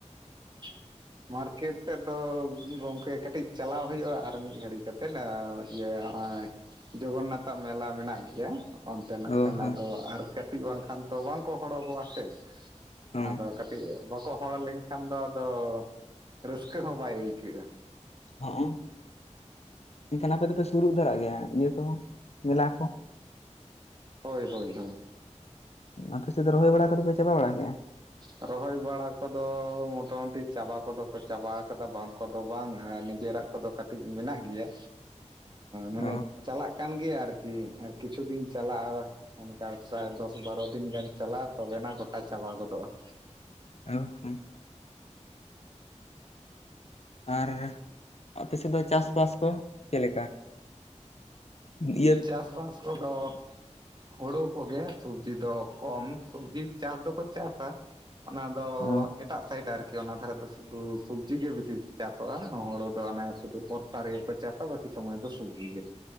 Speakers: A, on the right; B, on the left.
A: <unintelligible> ᱢᱟᱨᱠᱮᱴ ᱥᱮᱫ ᱫᱚ ᱜᱚᱝᱠᱮ ᱠᱟᱹᱴᱤᱡ ᱪᱟᱞᱟᱣ ᱦᱩᱭᱩᱜᱼᱟ ᱟᱨ ᱢᱤᱫ ᱜᱷᱟᱹᱲᱤᱡ ᱠᱟᱛᱮᱫ᱾ ᱤᱭᱟᱹ ᱦᱚᱸᱜᱼᱚᱭ ᱡᱚᱜᱚᱱᱱᱟᱛᱷ ᱟᱜ ᱢᱮᱞᱟ ᱢᱮᱱᱟᱜ ᱜᱮᱭᱟ᱾ ᱚᱱᱛᱮᱱᱟᱜ
B: ᱚ
A: ᱠᱷᱟᱱ
B: ᱦᱚᱸ
A: ᱟᱫᱚ ᱟᱨ ᱠᱟᱹᱴᱤᱡ ᱵᱟᱝᱠᱷᱟᱱ ᱛᱚ ᱵᱟᱝᱠᱚ ᱦᱚᱨᱚᱜᱚᱜᱼᱟ ᱥᱮ᱾
B: ᱦᱚᱸ
A: ᱟᱫᱚ ᱠᱟᱹᱴᱤᱡ ᱵᱟᱠᱚ ᱦᱚᱲ ᱞᱮᱱᱠᱷᱟᱱ ᱫᱚ ᱟᱫᱚ ᱨᱟᱹᱥᱠᱟᱹ ᱦᱚᱸ ᱵᱟᱭ ᱟᱹᱭᱠᱟᱹᱜᱼᱟ᱾
B: ᱦᱚᱸᱜ ᱚᱸ ᱮᱱᱠᱷᱟᱱ ᱟᱯᱮ ᱫᱚᱯᱮ ᱥᱩᱨᱩᱜ ᱫᱟᱨᱟᱜ ᱜᱮᱭᱟ ᱤᱭᱟᱹ ᱠᱚ ᱢᱮᱞᱟ ᱠᱚ᱾
A: ᱦᱳᱭᱼᱦᱳᱭᱼᱦᱳᱭ
B: ᱟᱯᱮ ᱥᱮᱫ ᱫᱚ ᱨᱚᱦᱚᱭ ᱵᱟᱲᱟ ᱠᱚᱫᱚ ᱯᱮ ᱪᱟᱵᱟ ᱵᱟᱲᱟ ᱠᱮᱜᱼᱟ?
A: ᱨᱚᱦᱚᱭ ᱵᱟᱲᱟ ᱠᱚᱫᱚ ᱢᱚᱴᱟᱢᱩᱴᱤ ᱪᱟᱵᱟ ᱠᱚᱫᱚ ᱠᱚ ᱪᱟᱵᱟ ᱟᱠᱟᱫᱟ ᱵᱟᱝ ᱠᱚᱫᱚ ᱵᱟᱝ ᱟᱨ ᱱᱤᱡᱮᱨᱟᱜ ᱠᱚᱫᱚ ᱠᱟᱹᱴᱤᱡ ᱢᱮᱱᱟᱜ ᱜᱮᱭᱟ, ᱢᱟᱱᱮ
B: ᱚ
A: ᱪᱟᱞᱟᱜ ᱠᱟᱱ ᱜᱮᱭᱟ ᱟᱨᱠᱤ ᱟᱨ ᱠᱤᱪᱷᱩ ᱫᱤᱱ ᱪᱟᱞᱟᱜᱼᱟ, ᱚᱱᱠᱟ ᱯᱨᱟᱭ ᱫᱚᱥ ᱵᱟᱨᱚ ᱫᱤᱱ ᱜᱟᱱ᱾ ᱪᱟᱞᱟᱜᱼᱟ ᱛᱚᱵᱮᱱᱟ ᱜᱚᱴᱟ ᱪᱟᱵᱟ ᱜᱚᱫᱚᱜᱼᱟ᱾
B: ᱚ ᱦᱚᱸ᱾ ᱟᱨ ᱟᱯᱮ ᱥᱮᱫ ᱫᱚ ᱪᱟᱥᱵᱟᱥ ᱠᱚ ᱪᱮᱫ ᱞᱮᱠᱟ, ᱤᱭᱟᱹ
A: ᱪᱟᱥ ᱵᱟᱥ ᱠᱚᱫᱚ ᱦᱩᱲᱩ ᱠᱚᱜᱮ ᱥᱚᱵᱡᱤ ᱫᱚ ᱠᱚᱢ ᱥᱚᱵᱡᱤ ᱪᱟᱥ ᱫᱚᱠᱚ ᱪᱟᱥᱟ᱾ ᱚᱱᱟ ᱫᱚ
B: ᱚ
A: ᱮᱼᱼ ᱮᱴᱟᱜ ᱥᱟᱭᱤᱰ ᱟᱨᱠᱤ ᱚᱱᱟ ᱫᱷᱟᱨᱮ ᱫᱚ ᱥᱩᱫᱩ ᱥᱚᱵᱡᱤ ᱜᱮ ᱵᱤᱥᱤ ᱪᱟᱥᱚᱜᱼᱟ, ᱦᱩᱲᱩ ᱫᱚ ᱚᱱᱮ ᱥᱩᱫᱩ ᱵᱚᱨᱥᱟ ᱨᱮᱜᱮ ᱠᱚ ᱪᱟᱥᱟ ᱵᱟᱹᱠᱤ ᱥᱚᱢᱚᱭ ᱫᱚ ᱥᱚᱵᱡᱤ ᱜᱮ,